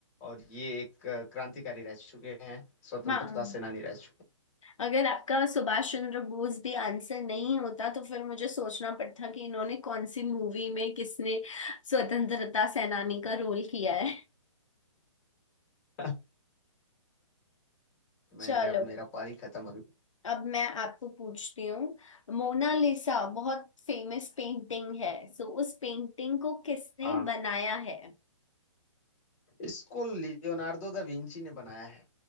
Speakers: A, on the left; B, on the left.
A: और ये एक अ, क्रांतिकारी रह चुके हैं स्वतंत्रता
B: हाँ
A: सेनानी रह चुके हैं
B: अगर आपका सुभाष चंद्र बोस भी आंसर नहीं होता तो फिर मुझे सोचना पड़ता कि इन्होंने कौन सी मूवी में किसने स्वतंत्रता सेनानी का रोल किया है
A: <laughs>
B: चलो
A: मैंने अब मेरा पारी खत्म अभी
B: अब मैं आपको पूछती हूँ मोनालिसा बहुत फेमस पेंटिंग है सो उस पेंटिंग को किसने
A: हाँ
B: बनाया है
A: इसको लियोनार्डो दा विंची ने बनाया है